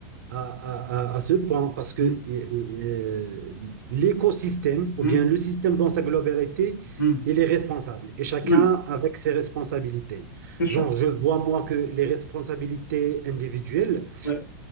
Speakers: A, on the right; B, on the left.
A: à, à- à- à ce point parce que
B: Mm,
A: euh, l'écosystème, ou
B: mm,
A: bien le système dans sa globalité,
B: mm.
A: il est responsable et chacun
B: Oui,
A: avec ses responsabilités.
B: bien sûr.
A: Genre, je vois moi que les responsabilités individuelles,
B: Oui,